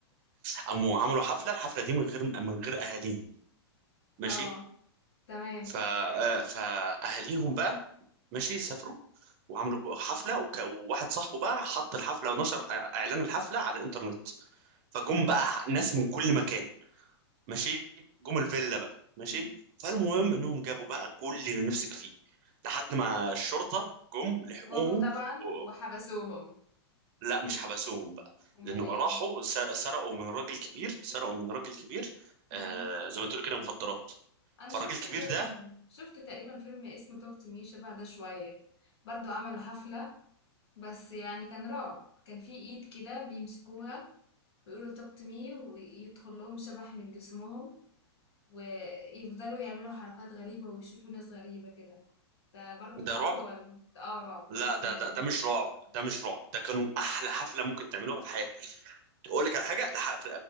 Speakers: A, on the right; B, on the left.
A: قاموا عملوا حفله الحفله دي من غير من غير اهاليهم ماشي
B: اه تمام
A: ف آه، فاهاليهم بقى ماشي سافروا وعملوا حفله وك... وواحد صاحبه بقى حط الحفله ونشر اعلان الحفله على الانترنت فجم
B: امم
A: بقى ناس من كل مكان ماشي جم الفيلا بقى ماشي
B: أمم.
A: فالمهم انهم جابوا بقى كل اللي نفسك فيه لحد ما الشرطه جم لحقوهم
B: جم طبعا
A: و...
B: وحبسوهم
A: لا مش حبسوهم بقى
B: امال
A: لانه
B: ايه
A: راحوا سر- سرقوا من راجل كبير سرقوا من راجل كبير
B: امم
A: آه زي ما تقول كده مخدرات
B: انا
A: فالراجل
B: شفت
A: الكبير
B: فيلم
A: ده
B: شفت تقريبا فيلم اسمه توك تو مي شبه ده شويه برضو عملوا حفله بس يعني كان رعب كان في ايد كده بيمسكوها ويقولوا توك تو مي ويدخل لهم شبح من جسمهم ويفضلوا يعملوا حركات غريبة ويشوفوا ناس غريبة كده ده برضو رعب
A: ده رعب
B: ولا ده اه رعب
A: لا
B: توك تو
A: ده
B: مي
A: ده ده مش رعب ده مش رعب ده كانوا احلى حفله ممكن تعملوها في حياتك اقول لك على حاجه لح-